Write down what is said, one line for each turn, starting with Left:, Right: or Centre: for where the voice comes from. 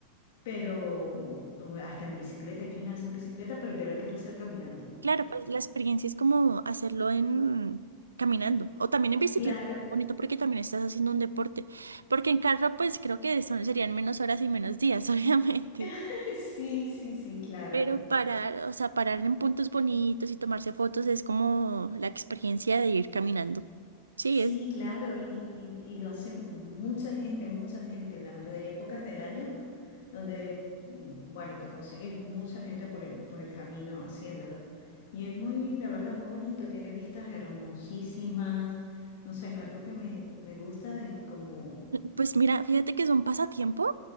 Left: pero o hasta en bicicleta. Aquí hace en bicicleta, pero yo lo quiero hacer caminando.
Right: Claro, pues la experiencia es como hacerlo en caminando o también en bicicleta.
Left: Claro,
Right: Bonito porque también estás haciendo un deporte. Porque en carro, pues creo que son, serían menos horas y menos días, <laughs> obviamente.
Left: <laughs> sí, sí, sí, claro.
Right: Pero parar, o sea, parar en puntos bonitos y tomarse fotos es como la experiencia de ir caminando. Sí,
Left: Sí,
Right: es,
Left: claro, y, y- y lo hace mucha gente, mucha gente, la verdad. Hay épocas del año donde, mm, bueno, te consigues mucha gente por el, por el camino haciéndolo. Y es muy, la verdad, es muy bonito, tiene vistas hermosísimas, no sé, es algo que me, me gusta y como...
Right: pues mira, fíjate que es un pasatiempo